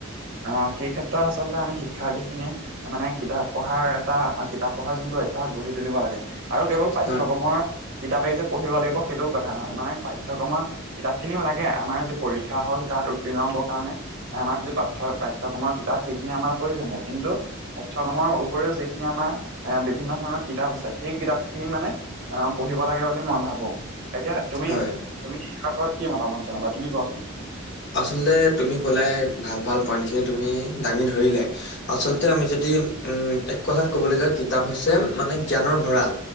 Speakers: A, on the right; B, on the left.
A: অ সেই ক্ষেত্ৰত আচলতে আমি শিক্ষাৰ্থীখিনিয়ে মানে কিতাপ পঢ়াৰ এটা, কিতাপ পঢ়াৰ যোনটো অভ্যাস গঢ়ি তুলিব লাগে আৰু কেৱল পাঠ্যক্ৰমৰ
B: হয়,
A: কিতাপেই যে পঢ়িব লাগিব সেইটোও কথা নহয়। মানে পাঠ্যক্ৰমৰ কিতাপখিনিও লাগে আমাৰ যি পৰীক্ষা হওক তাত উত্তীৰ্ণ হবৰ কাৰণে। আমাৰ য পাঠ্য পাঠ্যক্ৰমৰ কিতাপ সেইখিনি আমাৰ প্ৰয়োজনীয়, কিন্তু পাঠ্যক্ৰমৰ উপৰিও যিখিনি আমাৰ এ বিভিন্ন ধৰণৰ কিতাপ আছে সেই কিতাপখিনি মানে অ পঢ়িব লাগে বুলি মই ভাবো। এতিয়া তুমি,
B: হয়।
A: তুমি বিষয়ৰ ওপৰত কি মতামত জনাবা? তুমি কোৱাচোন
B: আচলতে তুমি কলায়ে ভাল ভাল পইন্ট খিনি তুমি দাঙি ধৰিলাই আচলতে
A: হয়
B: আমি যদি উম এক কথাত কবলৈ যাওঁ কিতাপ হৈছে মানে জ্ঞানৰ ভঁৰাল।